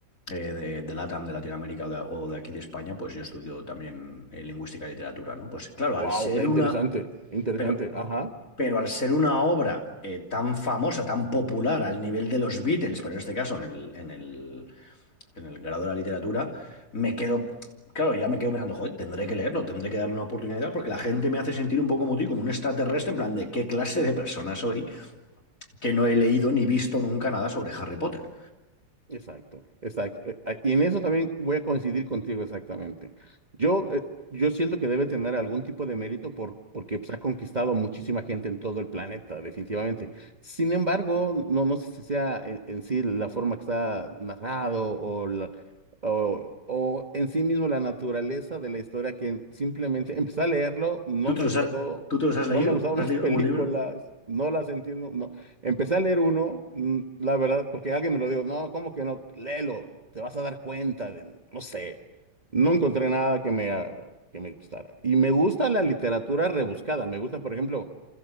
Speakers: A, on the left; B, on the right.
A: eh, de, de LATAM, de Latinoamérica o de, o de aquí de España, pues yo estudio también eh, lingüística y literatura, ¿no? Pues claro,
B: Wow,
A: al ser
B: qué interesante,
A: una...
B: interesante.
A: Pero
B: Ajá.
A: pero al ser una obra eh, tan famosa, tan popular al nivel de los Beatles, pero en este caso en el, en el, en el grado de la literatura, me quedo, claro, ya me quedo pensando, joder, tendré que leerlo, tendré que darle una oportunidad porque la gente me hace sentir un poco como ti, como un extraterrestre, en plan de qué clase de persona soy que no he leído ni visto nunca nada sobre Harry Potter.
B: Exacto, exacto. Eh, ah, Y en eso también voy a coincidir contigo exactamente. Yo, eh, yo siento que debe tener algún tipo de mérito por, porque pues, ha conquistado muchísima gente en todo el planeta, definitivamente. Sin embargo, no, no sé si sea en, en sí la forma que está narrado o, la- o, o en sí mismo la naturaleza de la historia que simplemente empecé a leerlo, no
A: ¿Tú te
B: me
A: los
B: gustó,
A: has, tú te los has leído?
B: no me gustaron
A: ¿Te has
B: <laughs> las
A: leído
B: películas,
A: algún libro?
B: no las entiendo, no. Empecé a leer uno, mm, la verdad, porque alguien me lo dijo, no, ¿cómo que no? Léelo, te vas a dar cuenta de, no sé, no encontré nada que me, ah, que me gustara. Y me gusta la literatura rebuscada, me gusta, por ejemplo,